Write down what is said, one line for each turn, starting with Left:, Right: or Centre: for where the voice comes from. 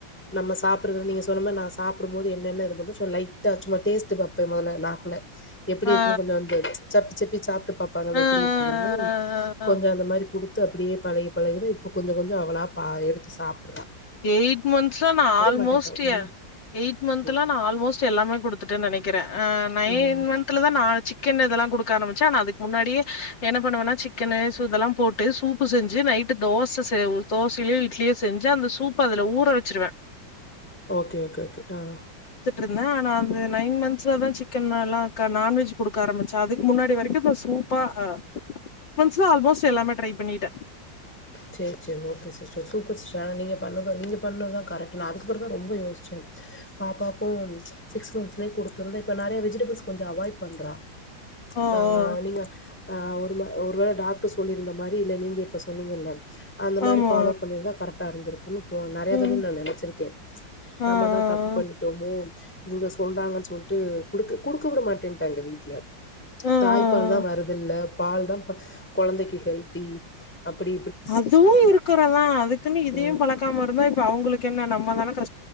Centre: நம்ம சாப்பிட்றது நீங்க சொன்ன மாரி நா சாப்புடு போது என்னென்னது இருக்குதோ சோ லைட்ட சும்மா டேஸ் பாப பே மொதல்ல நாக்குல எப்டி
Left: ஆ
Centre: இருக்குன்னு கொஞ்சம் வந்து சப்பிசப்பி சாப் பாப்பாங்கள
Left: ஆ ஆ
Centre: எப்படி இருக்குதுன்னு
Left: ஆ ஆ ஆ
Centre: கொஞ்சம் அந்த மாரி குடுத்து அப்படியே பழகி பழகிதான் இப்ப கொஞ்சம் கொஞ்சம் அவளா எடுத்து சாப்ப
Left: எயிட் மந்த்த்ஸ்லாம் நான் ஆல்மோஸ்ட்
Centre: மாட்டேன்ட்டாங்க. ம்.
Left: எயிட் மன்த்ல
Centre: ம்.
Left: நான் ஆல்மோஸ்ட் எல்லாமே குடுத்துட்டேன்னு நெனைக்குறேன் ஆ நயன்
Centre: ம்.
Left: மந்துல தான் நான்வெச்சு சிக்கன் இதெல்லாம் குடுக்க ஆரம்பிச்சேன். ஆனா அதுக்கு முன்னாடியே என்ன பண்ணுவேன்னா சிக்கன்னு இதெல்லாம் போட்டு சூப்பு செஞ்சு நைட்டு தோச செய் தோசையோ இட்லியோ செஞ்சு செஞ்சு அந்த சூப் அதுல ஊற வச்சிருவேன்
Centre: ஓகே ஓகே ஓகே ஆஹ்
Left: இருந்தேன் ஆனா அந்த நயின் மந்த்ஸ்சா தான் சிக்கன்ல நான்வெஜ் குடுக்க ஆரம்பிச்சேன். அதுக்கு முன்னாடி வரைக்கும் சூப்பா சிக்ஸ் மந்துல அல்மோஸ்ட் எல்லாமே ட்ரை பண்ணிட்டேன்
Centre: சேரி சேரி ஓகே சார் சூப்பர் சார் நீங்க பண்ணத நீங்க பண்ணது தான் கரெக்ட்டு நான் அதுக்கப்புறம் தான் ரொம்ப யோசிச்சேன் பாப்பாக்கும் சிக்ஸ் மந்த்ஸ் கடுத்துருந்தேன் இப்ப நெறைய வெஜிடேபிள்ஸ் கொஞ்சம் அவாய்ட் பண்றா.
Left: ஓ ஓ
Centre: அ நீங்க அ ஒரு ஒருவேளை டாக்டர் சொல்லியிருந்த மாதிரி இல்ல நீங்க இப்ப சொன்னீங்கல்ல அந்த மாரி
Left: ஆமா
Centre: ஃபாலோ பண்ணிருதா கரெ ட்டா இருந்து இருக்கு து நெறயா
Left: ம்
Centre: தடவ நா நெனைச்சிருக்க
Left: ஆ ஆ
Centre: நம்மதா தப்பு பண்ணிட்டோமோ இவங்க சொல்றாங்கன் சொல் ட்டு குடுக்க விட மாட்டேன்ட்டாங்க வீட்ல
Left: ஆ ஆ
Centre: தாய்பால்தா
Left: ஆ
Centre: வருதில்ல பால்தா கொழந்தைக்கு ஹெல்தி அப்படி
Left: அதுவு இருக்கிறதா அதுக்குன்னு இதையு
Centre: ம்
Left: பழக்காம இருந்தா இப்ப அவுங்களுக்கு கு என்ன நம்ம தானே க